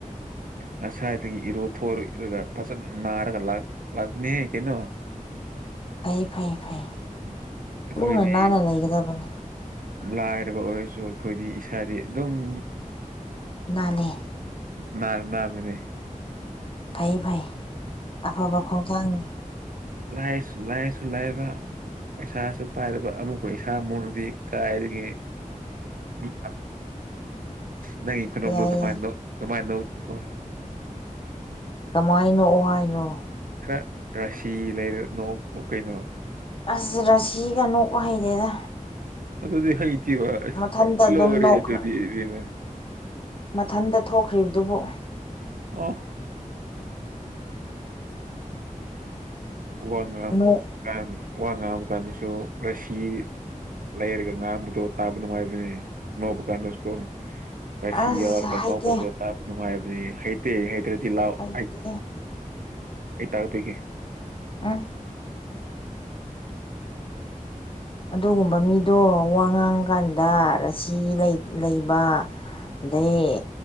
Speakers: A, on the right (about 80°); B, on the left (about 40°).
A: ꯉꯁꯥꯏꯗꯒꯤ ꯏꯔꯣ ꯊꯣꯛꯣ ꯏꯔꯒ ꯐꯖꯅ ꯅꯥꯔꯒ ꯂꯥꯛꯄꯅꯦꯍ ꯀꯩꯅꯣ
B: ꯐꯩ ꯐꯩ ꯐꯩ
A: ꯑꯩꯈꯣꯏꯗꯤ
B: ꯂꯨꯅ ꯅꯥꯟꯅ ꯂꯩꯒꯗꯕꯅꯤ
A: ꯂꯥꯏꯔꯕ ꯑꯣꯏꯔꯁꯨ ꯑꯩꯈꯣꯏꯗꯤ ꯏꯁꯥꯗꯤ ꯑꯗꯨꯝ
B: ꯅꯥꯂꯦ
A: ꯃꯥ ꯃꯥꯃꯤꯅꯦ
B: ꯐꯩ ꯐꯩ ꯑꯐꯕ ꯈꯣꯡꯊꯥꯡꯅꯤ
A: ꯂꯥꯏ ꯂꯥꯏꯁꯨ ꯂꯥꯏꯕ ꯄꯩꯁꯥꯁꯨ ꯄꯥꯏꯗꯕ ꯑꯃꯨꯛꯀ ꯏꯁꯥ ꯃꯨꯛꯂꯨꯗꯤ ꯀꯥꯏꯗꯒꯤ ꯗꯣ ꯅꯪꯒꯤ ꯈꯨꯗꯣꯗꯣ
B: ꯌꯥꯏ
A: ꯑꯗꯨꯃꯥꯏꯅ
B: ꯌꯥꯏ
A: ꯅꯣꯀ ꯅꯣꯛ ꯎꯅꯨꯀꯣ
B: ꯀꯃꯥꯏꯅꯥ ꯅꯣꯛ ꯎ ꯍꯥꯏꯔꯤꯅꯣ
A: ꯈꯔ ꯔꯥꯁꯤ ꯂꯩꯔ ꯅꯣꯛ ꯑꯣ ꯀꯩꯅꯣ
B: ꯑꯁ ꯔꯁꯤꯒ ꯅꯣꯛꯄꯥ ꯍꯩꯗꯦꯗ
A: ꯑꯗꯨꯗꯤ ꯍꯩꯇꯕ ꯑꯁ
B: ꯃꯊꯟꯇ ꯑꯗꯨꯝ
A: ꯂꯣꯔꯤꯍꯦ
B: ꯅꯣꯛꯈ꯭ꯔ
A: ꯑꯗꯨꯗꯤ ꯑꯦ ꯕꯦꯝꯃꯥ
B: ꯃꯊꯟꯇ ꯊꯣꯛꯈ꯭ꯔꯤꯕꯗꯨꯕꯨ
A: ꯑꯣ ꯋꯥ ꯉꯝ
B: ꯅꯣꯛ
A: ꯉꯥꯡꯝ ꯋꯥꯕꯥ ꯀꯥꯟꯗꯁꯨ ꯔꯁꯤ ꯂꯩꯔꯒ ꯉꯥꯡꯝꯕꯗꯣ ꯇꯥꯕ ꯅꯨꯡꯉꯥꯏꯕꯅꯤ ꯅꯣꯛꯄ ꯀꯥꯟꯗꯁꯨꯀꯣ ꯑꯁꯤ
B: ꯑꯁ
A: ꯌꯥꯑꯣꯔꯒ
B: ꯍꯩꯇꯦ
A: ꯅꯣꯛꯄꯗꯨ ꯇꯥꯕ ꯅꯨꯡꯉꯥꯏꯕꯅꯦ ꯍꯩꯇꯦ ꯍꯩꯇ꯭ꯔꯗꯤ ꯂꯥꯛꯑꯣ
B: ꯍꯩꯇꯦ
A: ꯑꯩ ꯑꯩ ꯇꯥꯛꯄꯤꯒꯦ
B: ꯑ
A: ꯑ
B: ꯑꯗꯨꯒꯨꯝꯕ ꯃꯤꯗꯣ ꯋꯥ ꯉꯥꯡꯀꯥꯟꯗ ꯔꯁꯤ ꯂꯩꯕ ꯂꯩꯌꯦ